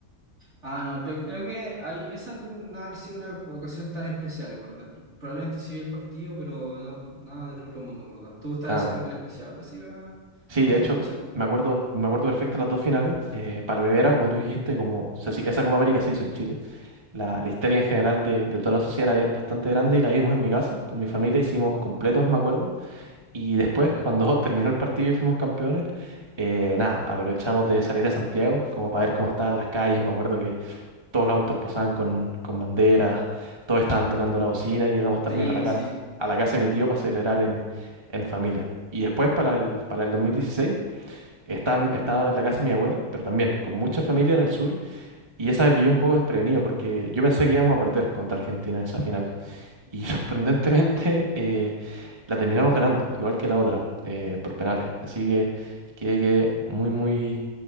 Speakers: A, on the right (about 50°); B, on the right (about 20°).
A: Ah, no, creo, creo que ahí, esa no ha sido una ocasión tan especial, en verdad. Probablemente sí vi el partido, pero no, nada del otro mundo, en verdad. ¿Tú estabas
B: Ah,
A: diciendo
B: ya.
A: algo en especial algo así para,
B: sí,
A: para
B: de hecho,
A: esa fecha?
B: me acuerdo, me acuerdo perfecto las dos finales. Eh, para la primera, como tú dijiste, como se hici- esa Copa América se hizo en Chile. La, la histeria en general de, de toda la sociedad era bastante grande y la vimos en mi casa, con mi familia, hicimos completos, me acuerdo. Y después,
A: Ay, bueno.
B: cuando <laughs> terminó el partido y fuimos campeones, eh, nada, aprovechamos de salir a Santiago, como para ver cómo estaban las calles. Me acuerdo que todos los autos pasaban con, con banderas, todos estaban tocando la bocina y llegamos también
A: Sí,
B: a la casa,
A: sí.
B: a la casa de mi tío para celebrar en, en familia. Y después, para el, para el 2016, estaba, estaba en la casa de mi abuela, pero también con mucha familia en el sur. Y esa me pilló un poco
A: Ay,
B: desprevenido
A: bueno.
B: porque yo pensé que íbamos a perder contra Argentina esa final. Y <laughs> sorprendentemente eh, la terminamos ganando, igual que la otra, eh, por penales. Así que quedé, quedé muy, muy,